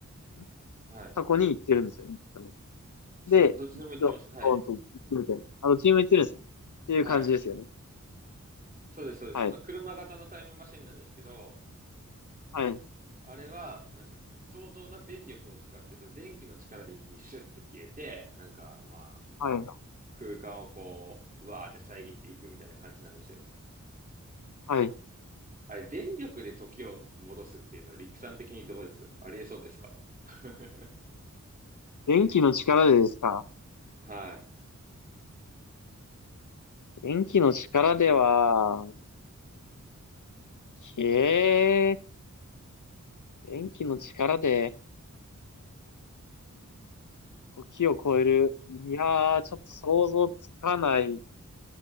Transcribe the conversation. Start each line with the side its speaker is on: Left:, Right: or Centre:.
Left: ん
Right: はい。
Left: 過去に行ってるんですよね。多分
Right: そうです。
Left: で、
Right: どっちでも行ってます。
Left: ドドーンと行くみたいな。
Right: はい。
Left: あの、チーム行ってるんですよ。っていう感じですよね。
Right: はい。そうです、そうです。
Left: はい。
Right: あ、車型のタイムマシンなんですけど、
Left: はい。
Right: あれは、なんか、相当な電力を使って、その電気の力で一気にシュッて消えて、なんか、まあ、
Left: はい。
Right: 空間をこう、うわーって遮っていくみたいな感じなんですよ。
Left: はい。
Right: あれ、電力で時を戻すっていうの、力算的にどうですありえそうですか <laughs>
Left: 電気の力でですか
Right: は
Left: 電気の力では、えー、電気の力で時を超える。いやー、ちょっと想像つかない。